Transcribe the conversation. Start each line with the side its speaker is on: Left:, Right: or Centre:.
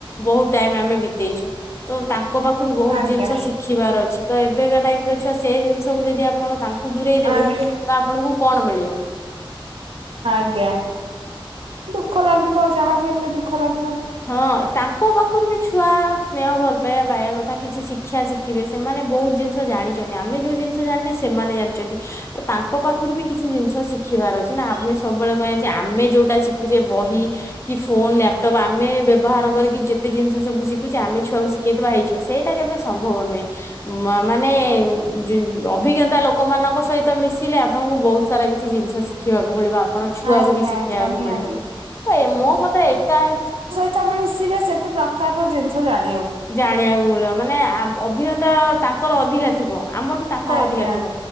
Left: ବହୁତ ଟାଇମ ଆମେ ବିତେଇଛୁ ତ ତାଙ୍କ ପାଖରୁ ବହୁତ
Right: ଆଜ୍ଞା
Left: ଜିନିଷ ଶିଖିବାର ଅଛି। ତ ଏବେକା ଟାଇମ ର ଛୁଆ ସେ ଜିନିଷକୁ ଯଦି ଆପଣ ତାଙ୍କୁ ଦୂରେଇ ଦେେବେ
Right: ଆଜ୍ଞା
Left: ତ ଆପଣଙ୍କୁ କଣ ମିଳିବ?
Right: ଆଜ୍ଞା ଦୁଃଖ ଲାଗିବ ଯାହାବି ହେଲେ ଦୁଃଖ ଲାଗି
Left: ହଁ ତାଙ୍କ ପାଖରୁ ବି ଛୁଆ ସ୍ନେହ ଭଲ ପାଇବା ପାଇବା କଥା କିଛି ଶିକ୍ଷା ଶିଖିବେ ସେମାନେ ବହୁତ ଜିନିଷ ଜାଣିଚନ୍ତି ଆମେ ଯୋଉ ଜିନିଷ ଜାଣିନେ ସେ ମାନେ ଜାଣିଚନ୍ତି ତ ତାଙ୍କ ପାଖରୁ ବି କିଛି ଜିନିଷ ଶିଖିବାର ଅଛି ନା ଆମେ ସବୁବେଳେ କହିବା ଯେ ଆମେ ଯୋଉଟା ସିକୁଚେ ବହି କି ଫୋନ ଲ୍ୟାପଟପ ଆ ମେ ବ୍ୟବହାର କରିକି ଯେତେ ଜିନିଷ ସବୁ ଶିଖୁଛେ ଆମେ ଛୁଆକୁ ଶିଖେଇଥିବା ହେଇଯିବ ସେଇଟା କେବେ ସମ୍ଭବ ନୁହେଁ। ମ-ମାନେ ଯୋ ଅଭିଜ୍ଞତା ଲୋ କମାନଙ୍କ ସହିତ ମିଶିଲେ ଆପଣଙ୍କୁ ବହୁତ ସାରା କିଛି ଜିନିଷ ଶିଖିବାକୁ ମିଳିବ। ଆପଣ ଛୁଆକୁ
Right: ଆଜ୍ଞା
Left: ବି ଶିଖେଇବାକୁ
Right: ଆଜ୍ଞା ନିହାତି।
Left: ମିଳିବ ତ ମୋ ମତରେ ଏକାଏ
Right: ତମେ ସିଟା ସେତେ ପ୍ରକାରର ଜିନିଷ ଜାଣି
Left: ଜାଣିବାକୁ ମିଳିବ ମାନେ ଆ-ଅଭିଜ୍ଞତା ତାଙ୍କର ଅଧିକା ଥିବ। ଆମଠୁ ତାଙ୍କର
Right: ଆଜ୍ଞା
Left: ଅଧିକା ଥିବ।